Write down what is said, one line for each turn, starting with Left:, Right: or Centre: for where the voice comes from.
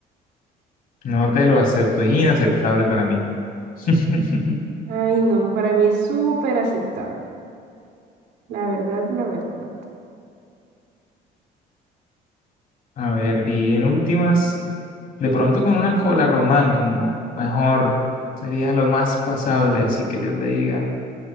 Left: No te lo acepto, es inaceptable para mí. <laughs>
Right: Ay, no, para mí es súper aceptable. La verdad, la verdad.
Left: A ver, y en últimas, de pronto con una cola román, como mejor, sería lo más pasable, así que yo te diga,